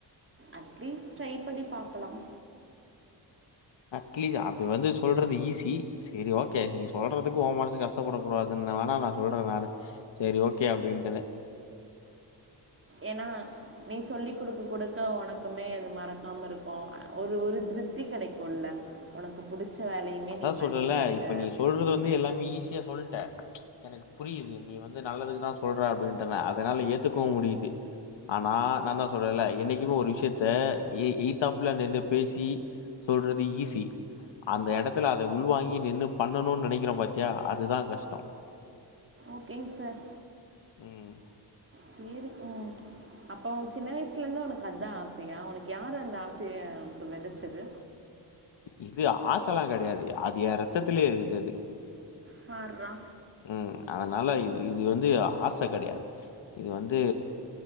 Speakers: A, on the right; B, on the left.
A: அட்லீஸ்ட் ட்ரை பண்ணி பாக்கலாம்
B: அட்லீஸ்ட் அது வந்து சொல்றது ஈஸி சரி ஓகே நீங்க சொல்றதுக்கு ஓ மனசு கஷ் கஷ்டபடக்கூடாதுன்னு நா வேணா நா சொல்றே நானு சரி ஓகே அப்டின்டுது
A: ஏனா நீ சொல்லி குடுக்க குடுக்க உனக்குமே அது மறக்காம இருக்கு ஒரு ஒரு திருப்தி கெடைக்குல ஒனக்கு புடிச்ச வேலையுமே
B: அதான்
A: நீ
B: சொல்றேன்ல,
A: பண்ணிகிட்டுருக்க
B: இப்ப
A: அப்டினு
B: சொல்றது
A: சொல்ட்டு
B: வந்து நீ ஈஸியா சொல்ட்ட எனக்கு புரியுது நீ வந்து நல்லதுக்கு தா சொல்ற அப்டின்ட்டுன அதனால ஏத்துக்கவு முடியுது ஆனா நா தா சொல்றன்ல என்னைக்குமே ஒரு விஷயத்த எய் எய்த்தாப்ல நின்னு பேசி சொல்றது ஈஸி அந்த எடத் த்துல அத உள்வாங்கி நின்னு பண்ணணுனு நெனைக்கிறோ பாத்தியா அதுதா கஷ்டோ
A: ஓகேங் சார்
B: ம்
A: சேரி போ அப்போ உ சின்ன வயசுலேருந்து உனக்கு அதா ஆசையா உனக்கு யாரு அந்த ஆசைய உனக்கு வெதச்சது
B: இது ஆசல்லா கெடையாது அது எ ரத்தத்திலயே இருக்குது அது
A: பார்ரா
B: ம் அதனால இது இது வந்து ஆச கெடையாது இது வந்து